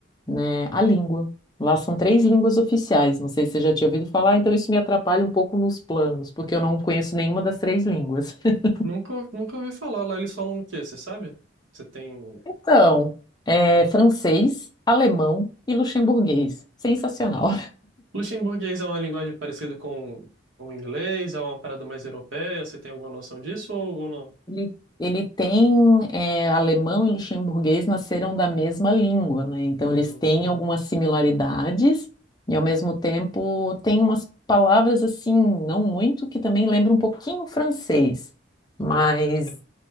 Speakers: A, on the left; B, on the right.
A: né, a língua. Lá são três línguas oficiais, não sei se você já
B: Uhum.
A: tinha ouvido falar, então isso me atrapalha um pouco nos planos, porque eu não conheço nenhuma das três línguas. <laughs>
B: Nunca, nunca ouvi falar. Lá eles falam o quê? Você sabe? Você tem.
A: Então, é francês, alemão e luxemburguês. Sensacional.
B: Luxemburguês é uma linguagem parecida com o inglês, é uma parada mais europeia. Você tem alguma noção disso ou, ou não?
A: Ele, ele tem é, alemão e luxemburguês nasceram da mesma língua, né? Então
B: Uhum.
A: eles têm algumas similaridades e ao mesmo tempo tem umas palavras assim, não muito, que também lembram um pouquinho o francês. Mas
B: Sim.